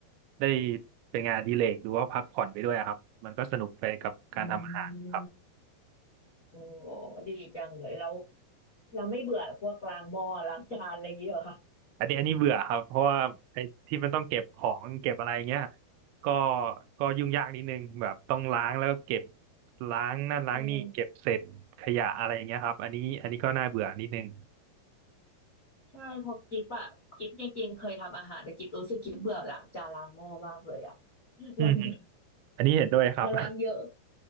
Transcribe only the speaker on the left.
อืม โอ้ดีจังเลยเราเราไม่เบื่อพวกล้างหม้อล้างจานอะไรอย่างเงี้ยเหรอคะ
ใช่ใช่เพอกิฟอะกิฟจริงๆเคยทำอาหารแต่กิฟรู้สึกกิฟเบื่อล้างจานล้างหม้อมากเลยอะ
วันหนึ่ง
มันล้างเยอะ